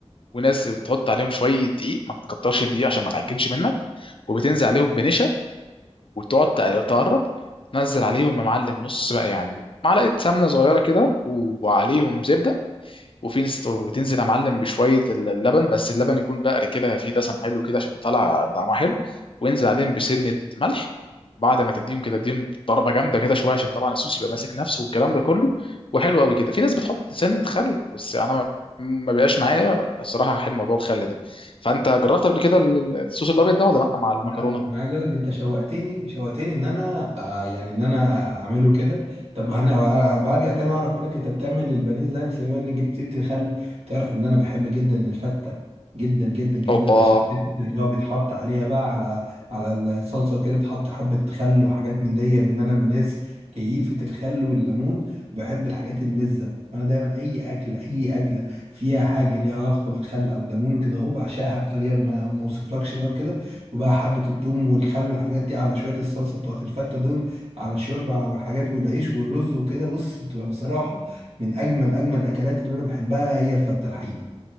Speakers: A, on the left; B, on the right.
A: وناس بتحط عليهم شويه دقيق ما تكترش الدقيق عشان ما تعجنش منك وبتنزل عليهم بنشا وتقعد تقل- تقرب تنزل عليهم يا معلم نص بقى يعني معلقه سمنه صغيره كده وعليهم زبده وفي ناس ت- وتنزل يا معلم بشويه ال- اللبن بس اللبن يكون بقري كده فيه دسم حلو كده عشان تطلع طعمها حلو وانزل عليهم بسنه ملح بعد ما تديهم كده اديهم ضربه جامده كده شويه عشان طبعا الصوص يبقى ماسك نفسه والكلام ده كله وحلو قوي كده في ناس بتحط سنه خل بس انا ما ما بيبقاش معايا الصراحه حل موضوع الخل ده فانت جربت قبل كده ال- الصوص الابيض ده ولا لا مع المكرونه
B: لا انا عايز اقول لك انت شوقتني شوقتني ان انا آه يعني ان انا اعمله كده طب هن- هبقى ارجع تاني واعرف منك انت بتعمل البانيه ازاي بس بما انك جبت سيره الخل تعرف ان انا بحب جدا الفته جدا جدا جدا
A: اوبا
B: عشان حته اللي هو بيتحط عليها بقى على على الصلصه وكده بتحط حبه خل وحاجات من دي لان انا من الناس كيفه الخل والليمون بحب الحاجات المزه فانا دايما اي اكله اي اكله فيها حاجه ليها علاقه بالخل او الليمون وكده اهو بعشقها بطريقه ما ما اوصفلكش بقى وكده وبقى حبة التوم والخل والحاجات دي على شوية الصلصة بتوعت الفتة دول على الشوربة والحاجات والعيش والرز وكده بص بتبقى بصراحة من أجمل أجمل الأكلات اللي أنا بحبها هي الفتة الحقيقة